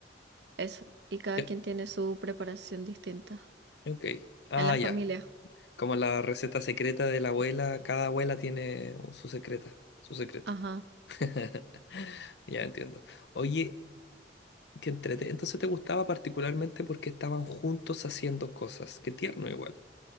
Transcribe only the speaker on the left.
Ya,
Ok. Ah,
ya.
Como la receta secreta de la abuela, cada abuela tiene su secreta. Su secreto.
<laughs> Ya entiendo. Oye, Qué entrete. Entonces te gustaba particularmente porque estaban juntos haciendo cosas. Qué tierno igual.